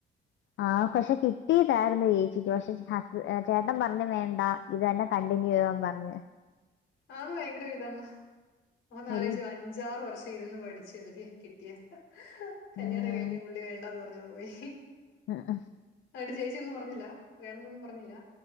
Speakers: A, on the left; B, on the left.
A: ആഹ് പക്ഷെ കിട്ടിയതായിരന്നു ഏച്ചിക്ക് പക്ഷെ ഹസ് ചേട്ടൻ പറഞ്ഞു വേണ്ടാ ഇത് തന്നെ കണ്ടിന്യൂ ചെയ്യാൻ പറഞ്ഞ്
B: അത് ഭയങ്കര ഇതാണല്ല ഓ നാലഞ്ച
A: വലി
B: പഅഞ്ചാറ് വർഷം ഇരുന്ന് പഠി ശരി കിട്ടിയാ കല്യാണം
A: ഉം
B: കഴിഞ്ഞ് പുള്ളി വേണ്ടാന്ന് പറഞ്ഞെങ്ങ് പോയി
A: ഉം ഉം
B: അയിട്ട് ചേച്ചിയൊന്നും പറഞ്ഞില്ല വേണെന്നൊന്നും പറഞ്ഞില്ല